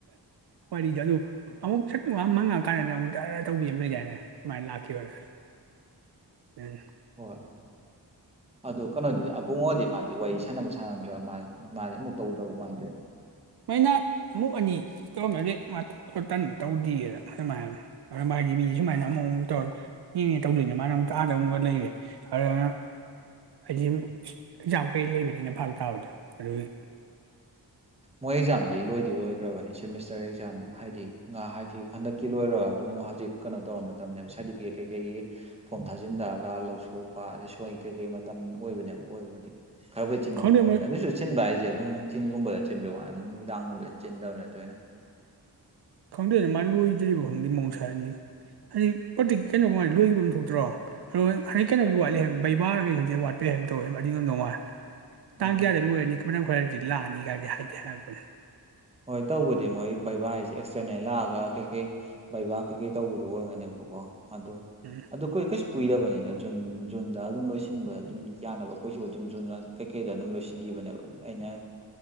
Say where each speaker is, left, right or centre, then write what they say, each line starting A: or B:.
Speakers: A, on the right; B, on the right.
A: ꯋꯥꯔꯤꯗꯣ ꯑꯗꯨ꯫
B: ꯎꯝ꯫ <inaudible>
A: ꯑꯃꯨꯛ ꯁꯥꯛ ꯑꯃ ꯃꯪꯉꯛꯑꯀꯥꯟꯗ ꯅ ꯑꯃꯨꯛꯗꯔ ꯇꯧꯕꯤ ꯑꯃ ꯂꯩꯗꯥꯏꯅꯦ ꯁꯨꯃꯥꯏꯅ ꯂꯥꯛꯈꯤꯕꯅꯦ ꯑꯝ
B: ꯍꯣꯏ ꯑꯗꯨ ꯀꯩꯅꯣꯗꯤꯗꯤ ꯑꯕꯨꯡꯉꯣꯗꯤ ꯃꯥꯗꯤ꯫ ꯋꯥꯔꯤ ꯁꯥꯟꯅꯕ ꯁꯥꯟꯅꯗ꯭ꯔꯥ ꯃꯥ ꯃꯥꯁꯦ ꯑꯃꯨꯛ ꯇꯧꯗ꯭ꯔꯕ ꯀꯃꯥꯏꯅ ꯇꯧꯋꯦ
A: ꯃꯣꯏꯅ ꯑꯃꯨꯛ ꯑꯅꯤ ꯇꯧꯔꯝꯃꯦ ꯑꯗꯩ ꯇꯥꯟꯗꯅ ꯇꯧꯗꯦꯅꯦ ꯑꯗꯨꯝꯃꯥꯢ ꯍꯥꯏꯕꯅꯦ ꯑꯗ ꯃꯥ ꯍꯥꯏꯗꯤ ꯃꯤ ꯁꯨꯃꯥꯏꯅ ꯑꯃ ꯑꯃꯨ ꯇꯧꯔꯦ ꯇꯧꯗꯣꯏꯅꯦ ꯃꯥꯅ ꯑꯃꯨꯛ ꯑꯥꯗ ꯑꯃꯨꯛꯒ ꯂꯩꯔꯦ ꯑꯗꯨꯅ ꯍꯥꯏꯗꯤ ꯁ ꯑꯦꯛꯖꯥꯝ ꯀꯩ ꯂꯩꯕꯅꯤꯅ ꯐꯥꯔꯛ ꯇꯥꯕꯗꯣ ꯑꯗꯨꯒꯤ
B: ꯃꯣꯏ ꯑꯦꯛꯖꯥꯝꯗꯤ ꯂꯣꯏꯗꯤ ꯂꯣꯏꯈ꯭ꯔꯕꯅꯦ ꯁꯦꯃꯤꯁꯇꯔ ꯑꯦꯛꯖꯥꯝ ꯍꯥꯏꯗꯤ ꯉꯥ ꯍꯥꯏꯗꯤ ꯍꯥꯟꯗꯛ ꯀꯤ ꯂꯣꯏꯔꯒ ꯑꯗꯨꯝ ꯍꯧꯖꯤꯛ ꯀꯩꯅꯣ ꯇꯧꯔ ꯃꯇꯝꯅꯦꯕ ꯁꯥꯔꯇꯤꯐꯤꯀꯦꯠ ꯀꯩꯀꯩꯒꯤ ꯐꯣꯝ ꯊꯥꯖꯤꯟꯊꯔꯒ ꯂꯧ ꯁꯣꯛꯄ ꯑꯗꯩ ꯁꯣꯏ ꯀꯩꯀꯩ ꯃꯇꯝ ꯑꯣꯏꯕꯅꯦꯕ ꯑꯣꯏꯕꯨꯗꯤ ꯈꯔꯕꯨꯗꯤ ꯆꯤꯟꯕ
A: ꯈꯪꯗꯦ
B: ꯑꯣꯢꯕꯅꯦ
A: ꯃꯣꯏ
B: ꯑꯗꯨꯁꯨ ꯆꯤꯟꯕ ꯍꯥꯏꯁꯦ ꯑꯗꯨꯝ ꯅꯨꯡꯊꯤꯟꯒꯨꯝꯕꯗ ꯆꯤꯟꯕ ꯋꯥꯅꯤ ꯅꯨꯃꯤꯗꯥꯡꯒꯨꯝꯕꯗ ꯆꯤꯟꯗꯕꯅꯦ ꯇꯣꯏꯅ꯫
A: ꯈꯪꯗꯦ ꯑꯗꯨ ꯃꯥꯅ ꯂꯣꯏꯗ꯭ꯔꯤꯕ ꯈꯪꯗꯦ ꯃꯧꯁꯥꯅꯤ ꯍꯥꯏꯖꯤꯛ ꯄꯣꯇꯤ ꯀꯩꯅꯣ ꯀꯃꯥꯏꯅ ꯂꯣꯏꯕ ꯑꯃ ꯊꯣꯛꯇ꯭ꯔꯣ꯫ ꯑꯗꯣ <inaudible> ꯍꯟꯛ ꯀꯩꯅꯣꯒꯤ ꯋꯥꯠꯂꯤ ꯍꯥꯏꯕ ꯕꯕꯥꯔꯒꯩ ꯍꯧꯖꯤ ꯋꯥꯠꯄꯩ ꯍꯥꯏꯕ ꯇꯧꯋꯦ ꯑꯗꯨ ꯌꯥꯝ ꯉꯥꯏ꯫ ꯇꯥꯡ
B: ꯑꯣ
A: ꯀꯌꯥꯗ ꯂꯣꯏꯔꯅꯤ ꯈ ꯃ <inaudible> ꯇꯝꯪ ꯈꯔꯗꯤ ꯂꯥꯛꯑꯅꯤꯒꯥꯏꯗꯤ ꯍꯥꯏꯗꯤꯦ ꯍꯥꯏꯔꯛꯄꯅꯦ
B: ꯍꯣꯏ ꯇꯧꯕꯗꯤ ꯃꯣꯏ ꯕꯩꯕꯥ ꯍꯥꯏꯁꯤꯦ ꯑꯦꯛꯁꯇꯔꯅꯦꯜ ꯂꯥꯛꯑꯒ ꯀꯩꯀꯩ ꯕꯩꯕꯥꯥꯛ ꯀꯩꯀꯩ ꯇꯧꯕꯗꯨꯣ ꯑꯣꯏꯔꯅꯦꯕꯀꯣ ꯑꯗꯨ꯫
A: ꯎꯝ
B: ꯑꯣ ꯑꯩꯈꯣꯏ ꯑꯩꯈꯣꯏꯁꯨ ꯀꯨꯏꯗꯕꯅꯤꯗ ꯖꯨꯟ ꯖꯨꯟꯗ ꯑꯗꯨꯝ ꯂꯣꯏꯁꯤꯟꯕ ꯑꯗꯨꯝ ꯌꯥꯅꯕ ꯑꯩꯈꯣꯏꯁꯨ ꯑꯗꯨꯝ ꯖꯨꯟ ꯀꯩꯀꯩꯗ ꯑꯗꯨꯝ ꯂꯣꯏꯁꯤꯟꯈꯤꯕꯅꯦꯕ ꯑꯩꯅ